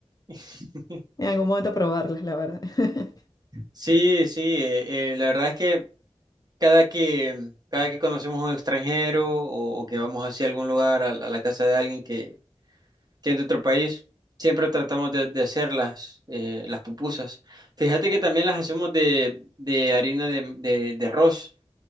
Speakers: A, on the right; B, on the left.
A: <laughs>
B: en algún momento probarlas, la verdad. <laughs>
A: sí, sí, eh, eh, la verdad es que cada que, cada que conocemos a un extranjero o, o que vamos hacia algún lugar, a, la a la casa de alguien que, que es de otro país, siempre tratamos de, de hacer las, eh, las pupusas. Fíjate que también las hacemos de, de harina de, de, de arroz.